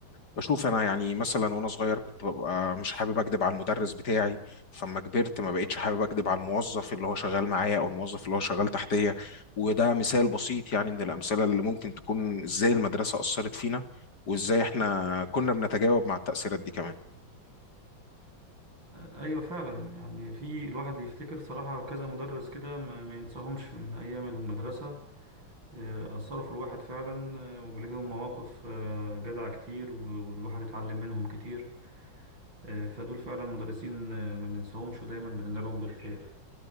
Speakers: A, on the left; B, on the right.
A: بشوف انا يعني مثلا وانا صغير كنت ببقى مش حابب اكدب على المدرس بتاعي فما كبرت ما بقتش حابب اكدب على الموظف اللي هو شغال معايا او الموظف اللي هو شغال تحتيه وده مثال بسيط يعني من الامثله اللي ممكن تكون ازاي المدرسه اثرت فينا وازاي احنا كنا بنتجاوب مع التاثيرات دي كمان
B: ايوه فعلا يعني في الواحد يفتكر صراحه كذا مدرس كده ما, ما ينساهمش من ايام المدرسه آه، أثروا في الواحد فعلا آه، وليهم مواقف آه، جدعة كتير و- والواحد اتعلم منهم كتير آه، فدول فعلا مدرسين آه، ما بننساهمش ودايما بندعي لهم بالخير